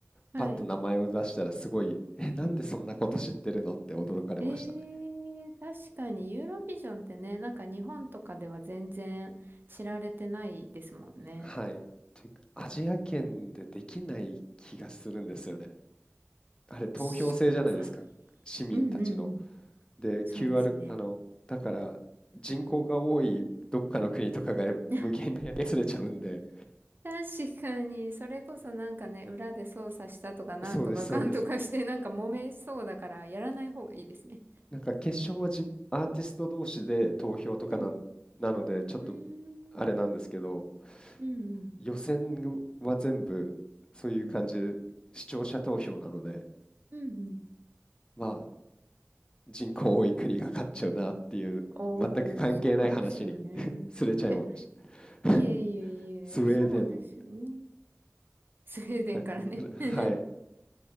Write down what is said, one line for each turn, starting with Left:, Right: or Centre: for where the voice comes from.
Right: はい。
Left: パッと名前を出したらすごい、え、なんでそんなこと知ってるのって驚かれましたね。
Right: えー、確かにユーロビジョンってね、なんか日本とかでは全然知られてないですもんね。
Left: はい。というかアジア圏でできない気がするんですよね。あれ投票制じゃないですか、
Right: 確かに。
Left: 市民たちの。
Right: うんうんうん。
Left: で、
Right: そうですね。
Left: QR、あの、だから人口が多いどっかの国とかが無限にやつれちゃうんで、
Right: <laughs> 確かに、それこそなんかね、裏で操作したとかなんとかかんとかしてなんか揉めそうだからやらない方がいいですね。
Left: そうです、そうです。なんか決勝はじ、アーティスト同士で投票とかなん、
Right: うん。
Left: なので、ちょっと
Right: うー
Left: あれなんですけど、
Right: ん。うんうん。
Left: 予選は全部そういう感じで視聴者投票なので、
Right: うん。うんうん
Left: まあ人口多い国が勝っちゃうなっていう、
Right: ああ、
Left: 全く関係ない話に
Right: そうですよね。
Left: <laughs> すれちゃいました。
Right: いや、いえいえいえ、
Left: <laughs> スウェーデン、
Right: そうですよね。<laughs> スウェーデンからね。
Left: はい、ではい、
Right: <laughs>